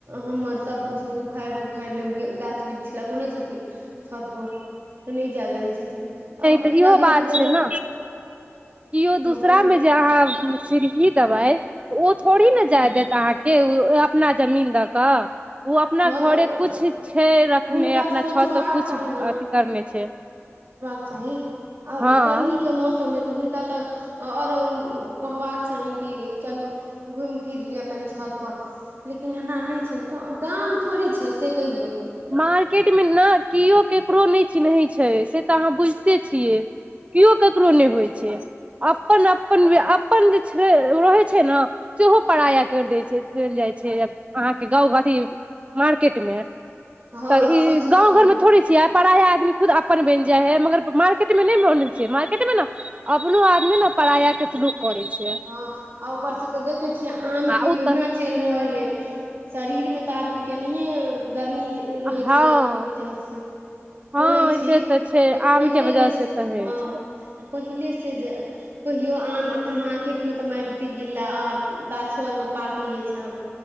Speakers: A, on the right; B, on the right.
A: हमर सबकुछ उखाड़ि पुखारि लेब गाछ वृक्ष लगौने छथिन छत पर नहि जाय दै छथिन आब
B: तऽ
A: नहि
B: इहो
A: जा
B: बात
A: दैह तऽ
B: छै
A: जबर
B: ने किओ दूसरा
A: हँ कहियौ
B: मे जे अहाँ सीढ़ी देबै तऽ ओ थोड़ी ने जाय देत अहाँके ओ अपना जमीन दऽ कऽ ओ अपना
A: हँ
B: घरे
A: तऽ ओकर
B: कुछ छै रखने
A: हुनका
B: अपना
A: सोचबाक
B: छत तऽ कुछ
A: चाही
B: अथी करने छै
A: सही आ ओ
B: हँ
A: गर्मी के मौसम है तऽ हुनका तऽ आओर कहबाक चहिन की चलू घुमि फिर लिअ कनि छत पर लेकिन एना नहि छै तं गाम थोड़ी छै से कहियौ
B: मार्केटमे ने केओ केकरो नहि चिन्हैत छै से तऽ अहाँ बुझिते छियै किओ ककरो नहि होइत छै अपन अपन अपन जे छै रहैत छै ने से हो पराया करि दैत छै देल जाइत छै अहाँ के गाँव अथी मार्केट मे
A: हँ
B: तऽ ई
A: से ठीके
B: गाँव
A: कहलियै
B: घर मे थोड़ी छीयै पाराया आदमी खुद अपन बनि जाई है मगर मार्केट मे नहि बनै छै मार्केट मे ने अपनो आदमी ने पराया के शुरू करै छै
A: हँ आ ऊपर से तऽ देखे छियै आम
B: आ
A: के महीना
B: ओ तऽ
A: चलि रहल य शरीर मे तऽ आदमी केनाहियो गर्मी रहै
B: हँ
A: छै आम के वजह से
B: हँ
A: कहै छी
B: से तऽ छै
A: जे
B: आम
A: पहिले
B: के वजह
A: जे छलै
B: से तऽ हय
A: हँ
B: छै
A: आ पहिले से जे कहियो आम अखन मार केट मे तऽ मारतेक गिरलक आ गाछो आर मे पाके यै अय ठम